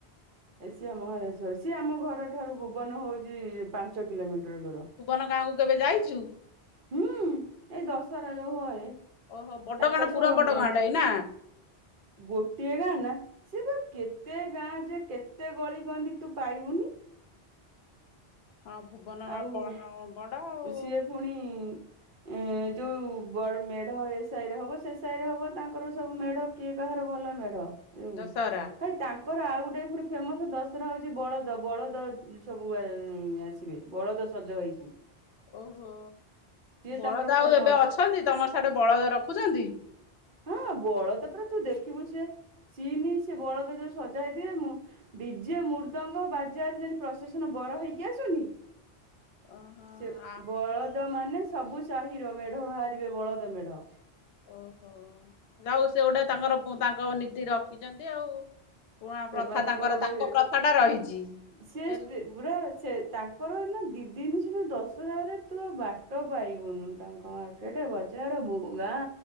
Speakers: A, on the right; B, on the left.
A: ଏସିିଆ ମହାଦେଶର ସିଏ ଆମ ଘର ଠାରୁ ଭୁବନ ହଉଛି ପାଞ୍ଚ କିଲୋମିଟର ଦୂର।
B: ଭୁବନ ଗାଁକୁ କେବେ ଯାଇଛୁ?
A: ହୁଁ। ଏଇ ଦଶହରା ଯୋଉ ହଏ
B: ଓହୋ ବଡ
A: ତାଙ୍କର
B: ଗାଁଟ
A: ସବୁ
B: ପୁରା ବଡ
A: ମେ
B: ଗାଁ ଟା ଏଇ ନା?
A: ଗୋଟିଏ ଗାଁ ନା? ସେ ବା କେତେ ଗାଁ ଯେ କେତେ ଗଳି କନ୍ଧି ତୁ ପାଇବୁନି।
B: ହଁ ଭୁବନ
A: ଆଉ
B: ବା ବଡ ଆଉ।
A: ସିଏ ପୁଣି
B: ହ
A: ଏ ଯୋଉ ବଡ ମେଢ ଏ ସାହି ରେ ହବ ସେ ସାହି ରେ ହବ ତାଙ୍କର ସବୁ ମେଢ କିଏ କାହାର ଭଲ ମେଢ ହୁଁ
B: ଦଶହରା
A: ହେ ତାଙ୍କ କରର ଆଉ ଗୋଟେ ପୁଣି ଫେମସ ଦଶହରା ହଉଛି ବଳଦ ବଳଦ ସବୁ ଉନ୍ ଆସିବେ। ବଳଦ ସଜ ହେଇଛି।
B: ଓହୋ ବଳଦା
A: ତାଙ୍କର ଫେମସ
B: ଆଉ ଏବେ ଅଛନ୍ତି ତମର ସାଠେ ବଳଦ ରଖୁଛନ୍ତି?
A: ହଁ ବଳଦ ପରା ତୁ ଦେଖିବୁ ସେ ସିନି ସେ ବଳଦ ଯୋଉ ସଜା ହେଇଥିବେ ମୁଁ ଡିଜେ ମୃଦଙ୍ଗ ବାଜା ପ୍ରସେସନ ରେ ବର ହେଇକି ଆସୁନି
B: ଓହୋ
A: ସେ
B: ଆ
A: ବଳଦ ମାନେ ସବୁ ସାହିର ମେଢ ବାହାରିବେ ବଳଦ ମେଢ।
B: ଓହୋ ଯାହା ହଉ ସେ ଗୋଟେ ତାଙ୍କର ତାଙ୍କ ନି ରଖିଛନ୍ତି ଆଉ ପୁଣା
A: ସେମାନଙ୍କର
B: ପ୍ରଥା ତାଙ୍କର
A: ଗୋଟେ
B: ତାଙ୍କ ପ୍ରଥା ଟା ରହିଛି
A: ସିଏ
B: ହେଲେ
A: ପୁରା ସେ ତାଙ୍କର ଏ ନା ଦି ଜିନିଷ ଯୋଉ ଦଶହରାରେ ତୁ ବାଟ ପାଇବୁନୁ ତାଙ୍କ ଗାଁ ରେ। କେଟେ ବଜାର ବୁ ଗାଁ